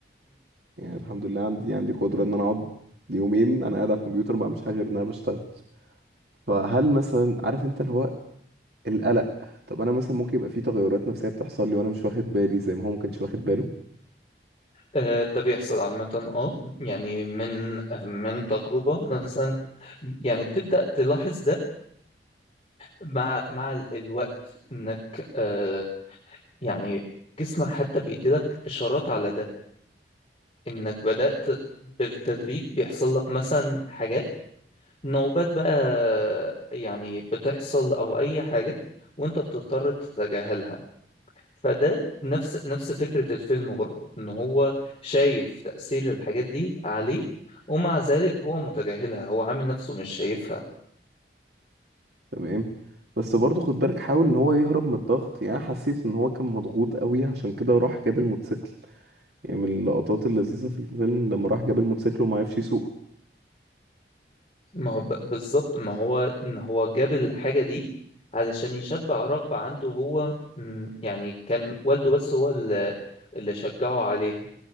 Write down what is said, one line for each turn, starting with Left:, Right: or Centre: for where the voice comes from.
Right: يعني الحمد لله عندي عندي قدرة ان انا اقعد يومين انا قاعد على الكمبيوتر ما بعملش حاجه غير ان انا بشتغل فهل مثلا عارف انت اللي هو القلق طب انا مثلا ممكن يبقى في تغيرات نفسيه بتحصل لي وانا مش واخد بالي زي ما هو ما كانش واخد باله
Left: آه، ده بيحصل عامة اه يعني من من تجربة مثلا يعني بتبدأ تلاحظ ده مع مع ال- الوقت انك آه، يعني جسمك حتى بيديلك اشارات على ده انك بدأت بالتدريج بيحصل لك مثلا حاجات نوبات بقى يعني بتحصل او اي حاجة وانت بتضطر تتجاهلها فده نفس نفس فكرة الفيلم برضه ان هو شايف تأثير الحاجات دي عليه ومع ذلك هو متجاهلها هو عامل نفسه مش شايفها
Right: تمام بس برضه خد بالك حاول ان هو يهرب من الضغط يعني أنا حسيت ان هو كان مضغوط قوي عشان كده راح جاب الموتوسيكل يعني من اللقطات اللذيذة في الفيلم لما راح جاب الموتوسيكل وما عرفش يسوقه
Left: ما هو ب- بالظبط ما هو ان هو جاب الحاجة دي علشان يشبع رغبة عنده هو م، يعني كان والده بس هو اللي اللي شجعه عليها